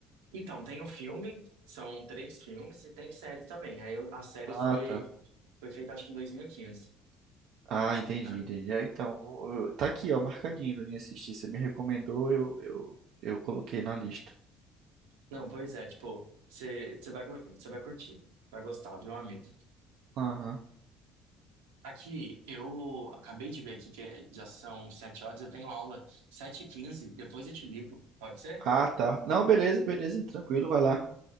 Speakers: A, on the right (about 85°); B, on the right (about 70°).
A: Então, tem o filme, são três filmes, e tem série também. Aí eu- a série
B: Ah,
A: foi,
B: tá.
A: foi feita, acho que em 2015.
B: Ah, entendi,
A: tá?
B: entendi. É, então, eu- eu- tá aqui, ó, marcadinho pra mim assistir. Você me recomendou, eu, eu, eu coloquei na lista.
A: Não, pois é, tipo, você vai, cu- você vai curtir. Vai gostar, viu, amigo?
B: Aham.
A: Aqui, eu acabei de ver aqui que é- já são sete horas, eu tenho aula sete e quinze depois eu te ligo, pode ser?
B: Ah, tá. Não, beleza, beleza, tranquilo, vai lá.